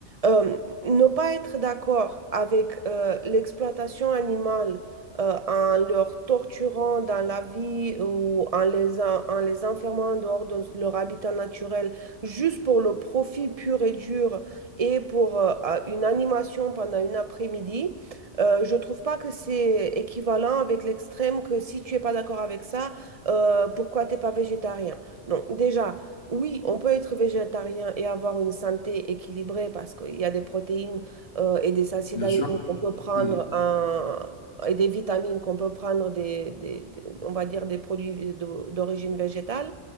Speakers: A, on the right; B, on the left.
A: Euh, ne pas être d'accord avec euh, l'exploitation animale euh, en leur torturant dans la vie ou en les, en, en les enfermant en dehors de leur habitat naturel, juste pour le profit pur et dur et pour euh, à- une animation pendant une après-midi, euh, je trouve pas que c'est équivalent avec l'extrême que si tu es pas d'accord avec ça, euh, pourquoi t'es pas végétarien? Non, déjà, oui, on peut être végétarien et avoir une santé équilibrée parce qu'il y a des protéines euh, et des acides
B: Bien
A: aminés
B: sûr.
A: qu'on peut prendre
B: Mhm.
A: en- et des vitamines qu'on peut prendre des, des- des- on va dire des produits d'o- d'origine végétale.